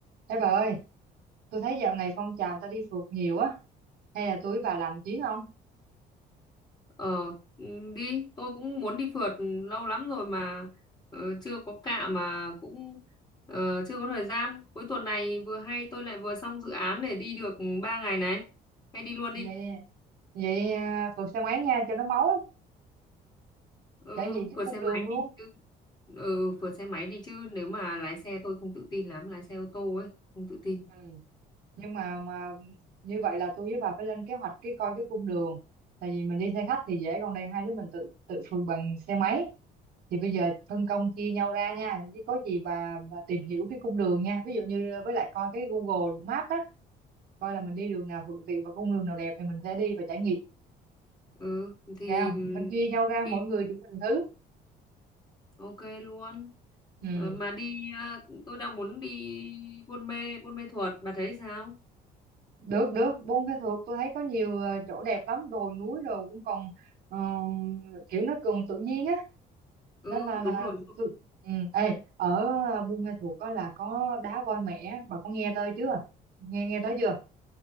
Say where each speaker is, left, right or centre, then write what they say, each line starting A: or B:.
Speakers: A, on the right; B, on the left.
A: Ê bà ơi, tôi thấy dạo này phong trào người ta đi phượt nhiều á, hay là tôi với bà làm chuyến không?
B: Ờ ừ, đi, tôi cũng muốn đi phượt lâu lắm rồi mà ờ, chưa có cạ mà cũng ờ, chưa có thời gian. Cuối tuần này vừa hay tôi lại vừa xong dự án để đi được 3 ngày này. Hay đi luôn
A: Vậy,
B: đi.
A: vậy à, phượt xe máy nha cho nó máu,
B: Ừ,
A: trải nghiệm cái
B: phượt
A: cung
B: xe máy
A: đường luôn.
B: đi chứ. Ừ, phượt xe máy đi chứ nếu mà lái xe tôi không tự tin lắm, lái xe ô tô ấy, không tự tin.
A: Ừ. Nhưng mà mà như vậy là tôi với bà phải lên kế hoạch cái coi cái cung đường. Tại vì mình đi xe khách thì dễ, còn đây hai đứa mình tự tự phượt bằng xe máy. Thì bây giờ phân công chia nhau ra nha, chứ có gì bà, bà tìm hiểu cái cung đường nha. Ví dụ như với lại coi cái Google Maps á, coi là mình đi đường nào thuận tiện và cung đường nào đẹp thì mình sẽ đi và trải nghiệm.
B: Ừ, thì
A: ra
B: ừm,
A: không? mình chia nhau ra
B: đi,
A: mỗi người chúng mình thứ
B: ok luôn.
A: ừ
B: Ờ, mà đi à, tôi đang muốn đi Buôn Mê, Buôn Mê Thuột, bà thấy sao?
A: được được Buôn Pê Thuột tôi thấy có nhiều ờ, chỗ đẹp lắm đồi núi rồi cũng còn ờ, kiểu nó còn tự nhiên á
B: Ừ,
A: nên là là
B: đúng rồi.
A: tôi ừ. Ê, ở ờ, Buôn Mê Thuột có là có đá voi mẻ bà có nghe tới chưa nghe nghe tới chưa